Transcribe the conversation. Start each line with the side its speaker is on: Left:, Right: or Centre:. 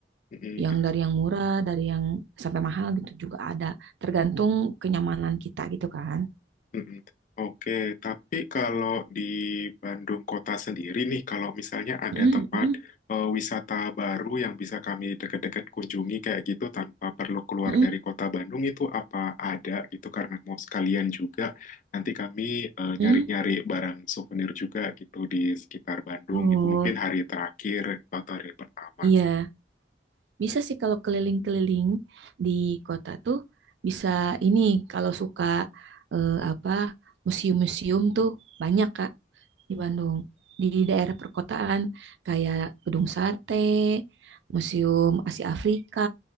Left: Mm-mm,
Right: Yang dari yang murah, dari yang sampai mahal gitu juga ada. Tergantung kenyamanan kita gitu kan.
Left: mm-mm. Oke, tapi kalau di Bandung kota sendiri nih, kalau misalnya ada
Right: Mm,
Left: tempat
Right: mm,
Left: eh, wisata baru yang bisa kami deket-deket kunjungi kayak gitu tanpa perlu keluar
Right: mm,
Left: dari kota Bandung itu apa ada gitu karena mau sekalian juga nanti kami eh,
Right: mm.
Left: nyari-nyari barang souvenir juga gitu di sekitar Bandung
Right: Oh,
Left: gitu mungkin hari terakhir atau hari pertama.
Right: iya. Bisa sih kalau keliling-keliling di kota tuh bisa ini kalau suka eh, apa museum-museum tuh banyak Kak di Bandung. Di daerah perkotaan kayak Gedung Sate, Museum Asia Afrika,